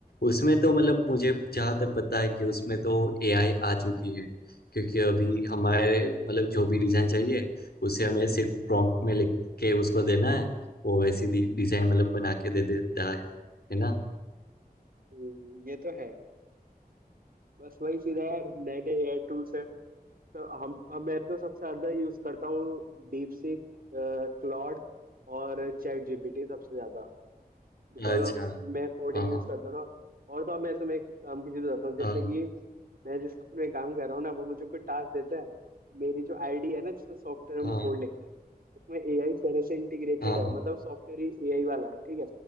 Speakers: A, on the left; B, on the right.
A: उसमें तो मतलब
B: हम्म,
A: मुझे जहाँ तक पता है कि उसमें तो एआई आ चुकी है क्योंकि अभी हमारे मतलब जो भी डिजाइन चाहिए उसे हमें सिर्फ प्रॉम्प्ट में लिख के उसको देना है वो वैसी डिजाइन मतलब बना के दे देता है है ना
B: हम्म, ये तो है बस वही चीज है यार नए नए एआई टूल्स है तो हम अब मैं तो सबसे ज्यादा यूज करता हूँ डीप सीक क्लॉड और चैट जीपीटी सबसे ज्यादा बिकॉज
A: अच्छा
B: ऑफ मैं कोडिंग
A: हाँ
B: यूज करता हूँ ना और तो अब मैं तुम्हें एक काम की चीज बताता हूँ जैसे
A: हाँ
B: कि मैं जिस कंपनी में काम कर रहा हूँ ना वो मुझे कोई टास्क देता है मेरी जो आईडी है ना जिसमें सॉफ्टवेयर हम
A: हाँ
B: कोड लिखते हैं उसमें एआई पहले से इंटीग्रेटेड
A: हाँ
B: है
A: हाँ
B: मतलब सॉफ्टवेयर ही एआई वाला है ठीक है